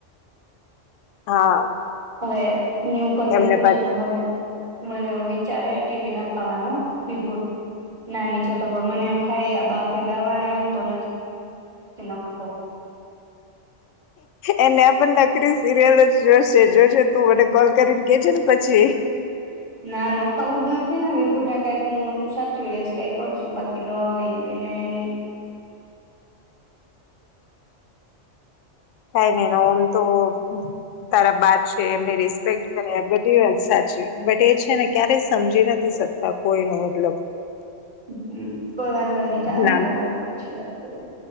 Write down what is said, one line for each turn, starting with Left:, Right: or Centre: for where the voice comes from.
Left: હા.
Right: હવે ન્યુ ઘર લીધું
Left: એમને પાછ
Right: છે તો મને મને એવો વિચાર આવ્યો ટીવી નખાવાનો, વિભૂત નાની છે તો પણ મને એમ થાય આ બાફે ગાવાના હોય તો નથ નથી નખાવું.
Left: એને પણ નકરી સિરિયલ જ જોશે જોશે તું મને કોલ કરીને કેજે ને પછી.
Right: ના નખાવું જ નથી ને વિભુને કઈક હું સાચવી લઈશ કઈ કરશું બાકી ન એને નહી.
Left: કઈ નઈ આમ તો તારા બા છે એમની રિસ્પેક્ટ કરે બધી વાત સાચી બટ એ છે ને ક્યારેય સમજી નથી શકતા કોઈ ન મતલબ.
Right: હં. કોઈ વાંધો નહી ચાલ ને
Left: ના
Right: હવે હું પછી વાત કરું.